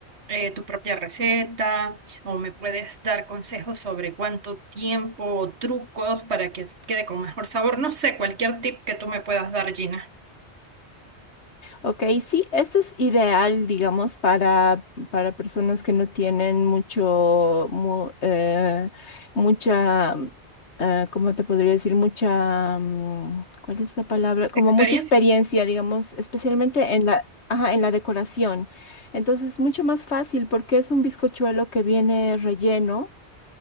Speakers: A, on the right (about 75°); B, on the left (about 80°).
A: eh, tu propia receta o me puedes dar consejos sobre cuánto tiempo o trucos para que quede con mejor sabor. No sé, cualquier tip que tú me puedas dar, Gina.
B: Ok, sí, este es ideal, digamos, para, para personas que no tienen mucho, mu- eh, mucha, mm, eh, ¿cómo te podría decir? Mucha, mm, ¿cuál es la palabra? Como
A: ¿Experiencia?
B: mucha experiencia, digamos, especialmente en la, ajá, en la decoración. Entonces, mucho más fácil porque es un bizcochuelo que viene relleno.